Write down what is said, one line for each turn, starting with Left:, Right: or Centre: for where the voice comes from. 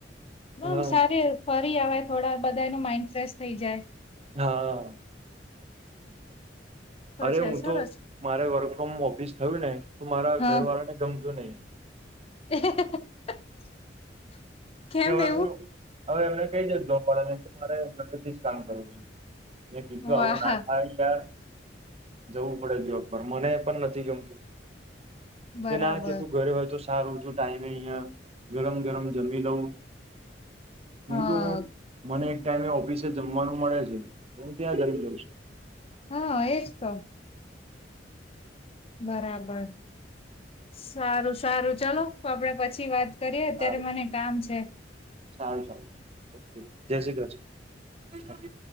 Left: બમ
Right: હા
Left: સારી ફ અવે થોડા બધાનું માઈન્ડ ફ્રેશ થઈ જાય
Right: હા
Left: તો
Right: અરે
Left: છે
Right: હું
Left: સરસ.
Right: તો મારે વર્ક ફ્રોમ ઓફિસ થયું ને તો મારા
Left: હા
Right: ઘર વાળા ને ગમતું નહી
Left: <inaudible>
Right: કેવાતું
Left: એવું.
Right: હવે એમને કઈ દે જોબ વાળા ને કે મારે ઘરેથી જ કામ કરવુ છે મે કીધું
Left: વાહ
Right: આવુ ના થાય યાર જવું પડે જોબ પર મને પણ નથી ગમતુ
Left: બરાબર.
Right: કે ના કે તું ઘરે હોય તો સારું છું ટાઈમે અહિયાં ગરમ ગરમ જમી લઉં કીધું
Left: હા
Right: હું મને ટાઈમે ઓફિસે જમવાનું મળે છે તો હું ત્યાં જમી લઉં છું.
Left: હા, એજ તો. બરાબર સારું સારું ચાલો આપડે પછી વાત કરીએ
Right: સારું
Left: અત્યારે મને
Right: સારું
Left: કામ છે
Right: સારું સારું ઓકે જય શ્રી કૃષ્ણ